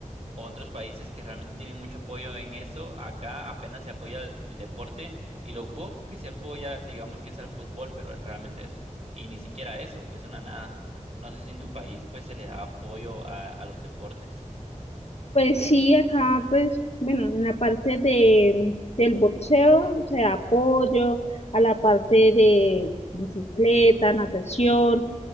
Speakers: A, on the right (about 55°); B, on the left (about 50°).
A: otros países que realmente tienen mucho apoyo en eso. Acá apenas se apoya el, el deporte y lo poco que se apoya, digamos que es al fútbol, pero realmente es, y ni siquiera eso, es una nada. No sé si en tu país pues se le da apoyo a, a los deportes.
B: Pues sí, acá, pues, bueno, en la parte de, del boxeo, o sea, apoyo a la parte de bicicleta, natación.